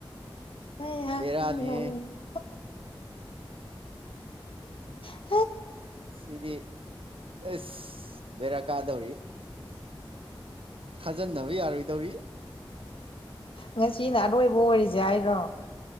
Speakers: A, on the left (about 75°); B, on the right (about 85°).
A: ꯑꯩꯌꯥ
B: ꯕꯦꯔꯥꯅꯤꯍꯦ
A: ꯑ ꯅꯣꯛꯅꯤꯡꯉꯤ <unintelligible>
B: ꯁꯤꯗꯤ ꯑꯦꯁ ꯕꯦꯔꯥ ꯀꯥꯗꯧꯔꯤ ꯊꯥꯖꯟꯗꯕ ꯌꯥꯔꯣꯏꯗꯧꯔꯤ
A: ꯉꯁꯤꯅ ꯑꯔꯣꯏꯕ ꯑꯣꯏꯔꯖꯤ ꯍꯥꯏꯔꯣ